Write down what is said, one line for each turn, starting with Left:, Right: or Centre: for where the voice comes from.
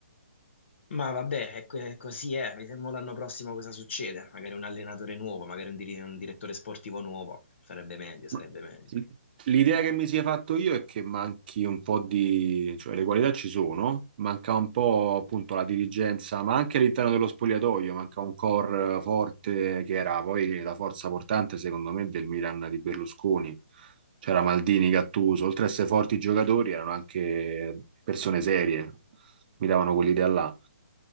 Left: Ma vabbè, è que- così è, vediamo l'anno prossimo cosa succede, magari un allenatore nuovo, magari un, dir- un direttore sportivo nuovo, sarebbe meglio, sarebbe
Right: Ma-
Left: meglio.
Right: L'idea che mi sia fatto io è che manchi un po' di, cioè le qualità ci sono, manca un po' appunto la dirigenza, ma anche all'interno dello spogliatoio, manca un core forte che era poi la forza portante secondo me del Milan di Berlusconi. C'era Maldini, Gattuso, oltre a essere forti giocatori erano anche persone serie, mi davano quell'idea là.